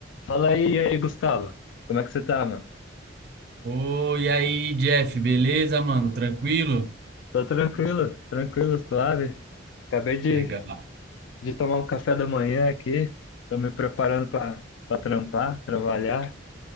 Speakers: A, on the left; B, on the right.
A: Fala aí, e aí, Gustavo. Como é que você tá, mano?
B: Ô, e aí, Jeff, beleza, mano? Tranquilo?
A: Tô tranquilo, tranquilo, suave. Acabei de,
B: Legal.
A: de tomar um café da manhã aqui. Tô me preparando pra, pra trampar, trabalhar,